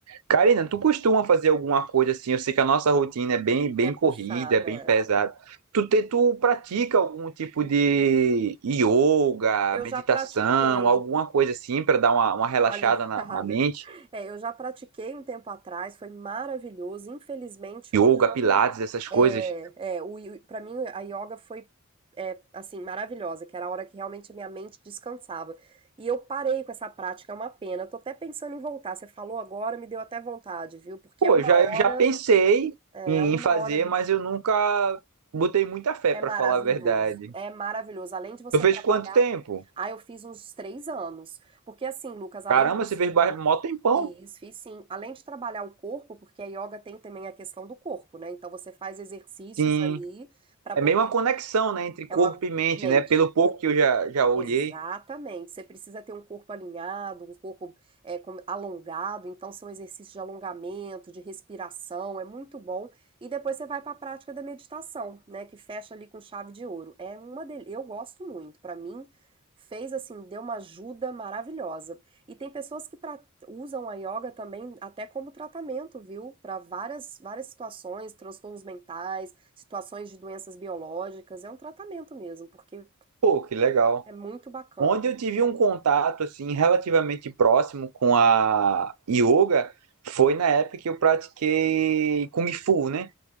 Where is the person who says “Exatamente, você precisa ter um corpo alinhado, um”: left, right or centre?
Right